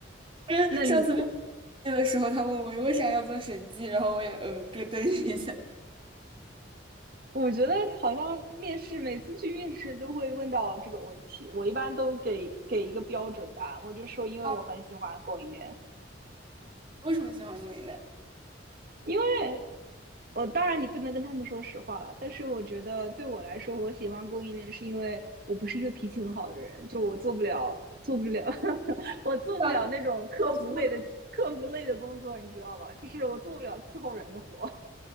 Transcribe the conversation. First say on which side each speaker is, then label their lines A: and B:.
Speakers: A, on the right (about 30°); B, on the right (about 50°).
A: 因上次面
B: 那你
A: 试的时候他问我为啥要做审计，然后我也呃咯噔一下。
B: 我觉得好像面试每次去面试都会问到这个问题，我一般都给给一个标准答案，我就说因为我很喜欢供应链，
A: 啊，为什么喜欢供应链？
B: 因为我当然你不能跟他们说实话了，但是我觉得对我来说，我喜欢供应链是因为我不是一个脾气很好的人，就我做不了做不了，<laughs> 我做不了那种客服类的客服类的工作，
A: 我想做互
B: 你知道吗？就是我做不了伺候人的活。